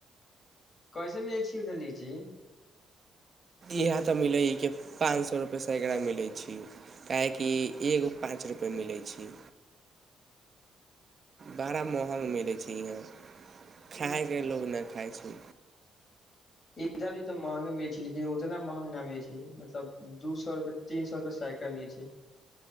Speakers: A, on the left; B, on the right.
A: कैसे मे लीची देली जी।
B: इहाँ ते मिले ई के पान सौ रूपे सैकड़ा मिले छी। काहे कि एगो पाँच रुपैए मिलै छै। बड़ा महग मिलै छै यहाँ, खाय के लोग ने खाय छी।
A: इधर भी तऽ महंगे मिलै छै, लेकिन उतना महंग ना मिलै छै, मतलब दू सौ रुपए, तीन सौ रुपए सैकड़ा मिलै छै।